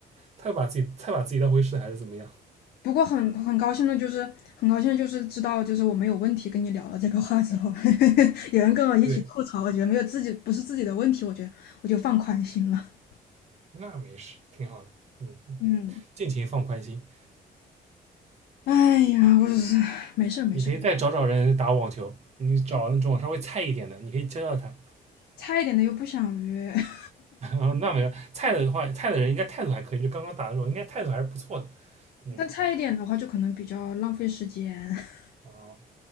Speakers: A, on the right; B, on the left.
A: 太把自己太把自己当回事，还是怎么样？
B: 不过很很高兴的就是，很高兴就是知道，就是我没有问题跟你聊了这个话之后，<laughs> 有人跟我一起吐槽，
A: 对，
B: 我觉得没有自己不是自己的问题，我觉得我就放宽心了。<laughs>
A: 那没事，挺好的。嗯，
B: 嗯，
A: 尽情放宽心。
B: 哎呀，我是没事儿没事儿，
A: 你可以再找找人打网球，你找那种稍微菜一点的，你可以教教他。
B: 差一点的又不想约，<laughs>
A: <laughs> 哦，那没有菜的话，菜的人应该态度还可以，就刚刚打的时候，应该态度还是不错的。嗯，
B: 但差一点的话就可能比较浪费时间。<laughs>
A: 哦，